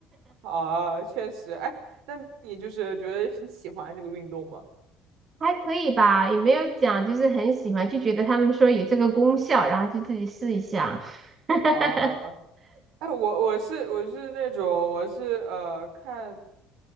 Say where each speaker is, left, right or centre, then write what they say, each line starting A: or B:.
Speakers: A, on the right; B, on the right.
A: 啊，确实，哎，那你就是觉得你喜欢这个运动吗？
B: <laughs> 还可以吧，也没有讲就是很喜欢，就觉得他们说有这个功效，然后就自己试一下。<laughs>
A: 啊，哎，我我是我是那种我是呃看，